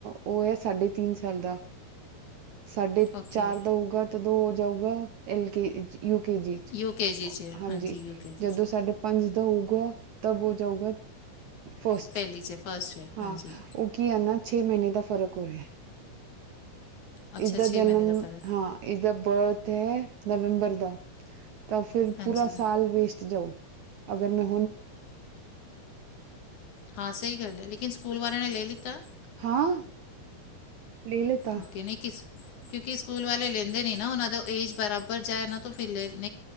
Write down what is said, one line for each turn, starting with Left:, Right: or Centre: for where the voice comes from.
Right: ਉਹ ਹੈ ਸਾਢੇ ਤਿਨ ਸਾਲ ਦਾ ਸਾਢੇ
Left: ਓਕੇ
Right: ਚਾਰ ਦਾ ਹੋਊਗਾ ਤਾਂਦੋਂ ਜਾਊਗਾ ਐਲ ਕੇ ਯੂਕੇ ਜੀ ਚ
Left: ਯੂ ਕੇ ਜੀ 'ਚ ਹੈ,
Right: ਹਾਂਜੀ
Left: ਯੂ ਕੇ ਜੀ
Right: ਜਦੋਂ
Left: 'ਚ
Right: ਸਾਡੇ ਜਦੋਂ ਹੋਊਗਾ ਤਬ ਹੋ ਜਾਊਗਾ ਫਸਟ
Left: ਪਹਿਲੀ 'ਚ ਫਸਟ ਹੈ
Right: ਹਾਂ
Left: ਹਾਂਜੀ
Right: ਉਹ ਕੀ ਹੈ। ਨਾ ਛੇ ਮਹੀਨੇ ਦਾ ਫ਼ਰਕ ਹੋ ਰਿਹਾ
Left: ਅੱਛਾ
Right: ਇਸਦਾ ਜਨਮ
Left: ਮਹੀਨੇ ਦਾ ਫਰਕ
Right: ਹਾਂ ਇਸਦਾ ਬਰਥ ਹੈ। ਨਵੰਬਰ ਦਾ ਤਾਂ ਫਿਰ
Left: ਹਾਂਜੀ
Right: ਪੂਰਾ ਸਾਲ ਵੇਸਟ ਜਾਓ ਅਗਰ ਨਹੀ।
Left: ਹਾਂ, ਸਹੀ ਗੱਲ ਹੈ ਲੇਕਿਨ ਸਕੂਲ ਵਾਲਿਆਂ ਨੇ ਲੇ ਲ ਤਾਂ
Right: ਹਾਂ। ਲੈ ਲਤਾ।
Left: ਓਕੇ ਨਹੀਂ ਕਿਸ ਕਿਉਂਕਿ ਸਕੂਲ ਵਾਲੇ ਲੈਂਦੇ ਨੀ ਨਾ ਓਨਾਂ ਤੋ ਏਜ ਬਰਾਬਰ ਜਾਂਏ ਏਨਾਂ ਤੋਂ ਫੇਰ ਲ